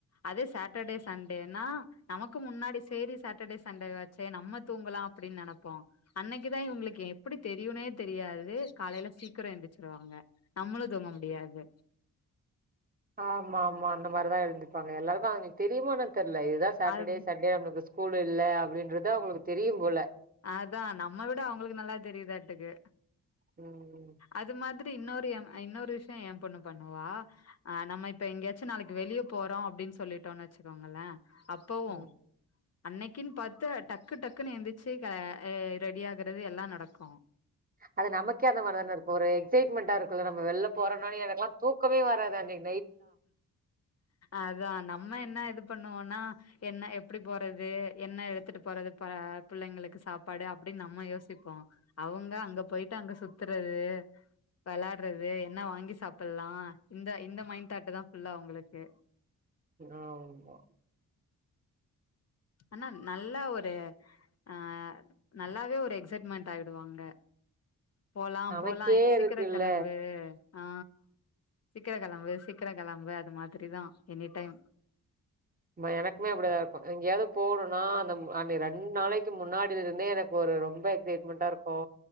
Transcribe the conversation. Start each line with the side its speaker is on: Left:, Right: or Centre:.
Left: அதே சாட்டர்டே சண்டேனா நமக்கு முன்னாடி சேரி சாட்டர்டே சண்டேவாச் சே நம்ம தூங்கலா அப்டின் நெனப்போ அன்னைக்கு தா இவ்ங்களுக்கு எப்டி தெரியுனே தெரியாது காலைல சீக் கிர எந்திரிச்சுருவாங்க நம்மளு தூங்க முடியாது
Right: ஆமாம்மா அந்த மாரிதா எழுந்திரிப்பாங்க எல்லாருக்கு அதுங்களுக்கு தெரியுமோ என்னன் தெர்ல இதுதா சாட்டர்டே
Left: அது
Right: சண்டே நம்மளுக்கு ஸ் கூல் இல்ல அப்டின்றது அவ்ங்களுக்கு தெரியும் போல
Left: அதா நம்ம விட அவ்ங்களுக்கு நல்லா தெரியுதாட்டுக்கு
Right: ம்
Left: அது மாதிரி இன்னொரு எம் அ இன்னொரு விஷ்ய எ பொண்ணு பண்ணுவா ஆ நம்ம இப்ப எங்கயாச்சு நாளைக்கி வெளிய போறோ அப்டின்னு சொல்லிட்டோன்னு வச்சுக்கோங்களே அப்பவு
Right: ம்
Left: அன்னைக்கின் பாத்து டக்கு டக்குன்னு எந்தி ச்சீ க ஏ ரெடி ஆகறது எல்லா நடக்கு
Right: அது நமக்கே அந்த மாரி தானே இருக்கு ஒரு எக்சைட்மெண்ட்டா இருக்குல்ல நம்ம வெள்ல போறோனாலே எனக்குலா தூக்கமே வராது அன்னைக்
Left: அதா நம்ம என்னா இது பண்ணுவோனா என்ன எப்டி போறது என்ன எடுத்துட்டு போறது ப புள்ளைங்களுக்கு சாப்பாடு அப்டின் நம்ம யோசிப்போ அவுங்க அங்க போயிட்டு அங்க சுத்துறது வெளாட்றது என்ன வாங்கி சாப்பில்லா இந்த இந்த மைண்ட் தாட்டு தா ஃபுல்லா அவுங்களுக்கு
Right: ஆமா
Left: அனா நல்லா ஒரு அ நல்லாவே ஒரு எக்சைட்மென்ட் ஆயிடுவாங்க போலா
Right: நமக்கே
Left: போலா எக் சிக்கிரோ
Right: இருக்குல்ல
Left: கெழம்பு ஆ சீக்கிர கெழம்பு சீக்கிர கெழம்பு அது மாதிரிதா எனி டைம்
Right: ஆமா எனக்குமே அப்புடிதா இருக்கு எங்கயாவ்து போணுனா அந்த அன்னி ரெண்டு நாளைக்கு முன்னாடியில இருந்தே எனக் ஒரு ரொம்ப எக்சைட்மெண்ட்டா இருக்கு